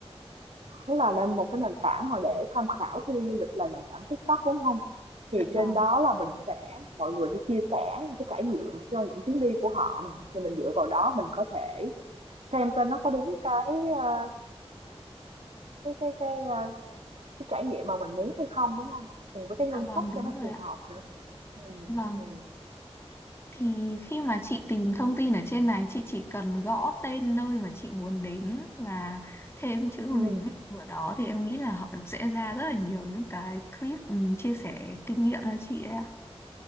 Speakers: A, on the right; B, on the left.
A: Tức là nên một cái nền tảng mà để tham khảo khi đi du lịch là nền tảng TikTok đúng không? Thì
B: Dạ vâng,
A: trên đó là mình sẽ mọi người sẽ chia sẻ những cái trải nghiệm cho những chuyến đi của họ nè, rồi mình dựa vào đó mình có thể xem coi nó có đúng cái ờ, cái cái cái ờ, Cái trải nghiệm mà mình muốn hay không, đúng không? Cùng với cái ngân
B: dạ vâng
A: sách
B: đúng
A: cho nó
B: rồi
A: phù
B: ạ.
A: hợp nữa. Ừ,
B: Vâng,
A: ừ,
B: thì khi mà chị tìm thông tin ở trên này chị chỉ cần gõ tên nơi mà chị muốn đến và thêm chữ review
A: ừm,
B: vào đó thì em nghĩ là họ sẽ ra rất là nhiều những cái clip ừ, chia sẻ kinh nghiệm cho chị ấy ạ.